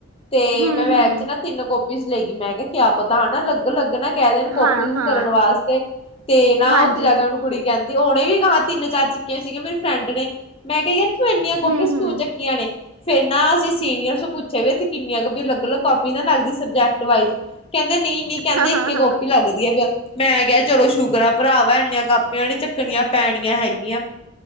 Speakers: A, on the left; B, on the right.
A: ਤੇ
B: ਹੂੰ,
A: ਮੈਂ ਬੈਗ
B: ਹੂੰ,
A: 'ਚ ਨਾ ਤਿੰਨ ਕੋਪੀਜ਼ ਲੇ ਗਈ ਮੈਂ ਕਿਹਾ ਕਿਆ ਪਤਾ ਆ ਨਾ ਅਲੱਗ ਲੱਗਣ ਕਹਿ ਦੇਣ ਕਾੱਪੀਸ
B: ਹਾਂ, ਹਾਂ,
A: ਕਰਨ ਵਾਸਤੇ, ਤੇ ਨਾ
B: ਹਾਂਜੀ,
A: ਉੱਥੇ ਜਾ ਕੇ ਉਹਨੂੰ ਕੁੜੀ ਕਹਿੰਦੀ ਉਹਨੇ ਵੀ ਗਾਹਾਂ ਤਿੰਨ- ਚਾਰ ਚੁੱਕੀਆਂ ਸੀਗੀਆਂ ਮੇਰੀ ਫਰੈਂਡ ਨੇ ਮੈਂ ਕਿਹਾ ਯਾਰ ਤੂੰ ਇੰਨੀਆਂ ਕਾਪ
B: ਹੂੰ,
A: ਕਾਪੀਸ ਕਿਉੰ
B: ਹੂੰ,
A: ਚੱਕੀਆਂ ਨੇ ਫਿਰ ਨਾ ਅਸੀਂ ਸੀਨੀਅਰਸ ਨੂੰ ਪੁੱਛਿਆ ਵੀ ਇਥੇ ਕਿੰਨੀਆਂ ਕੁ ਅਲੱਗ ਅਲੱਗ ਕਾਪੀਸ ਲੱਗਦੀਆਂ ਸਬਜੈਕਟ ਵਾਈਜ਼ ਕਹਿੰਦੇ ਨਹੀਂ ਨਹੀਂ ਕਹਿੰਦੇ
B: ਹਾਂ,
A: ਇੱਕ
B: ਹਾਂ,
A: ਹੀ
B: ਹਾਂ।
A: ਕਾਪੀ ਲੱਗਦੀ ਯ ਮੈਂ ਕਿਹਾ ਚਲੋ ਸ਼ੁਕਰ ਆ ਭਰਾਵਾ ਇੰਨੀਆਂ ਕਾਪੀਆਂ ਨੀ ਚੱਕਣੀਆਂ ਪੈਣੀਆਂ ਹੈਗੀਆਂ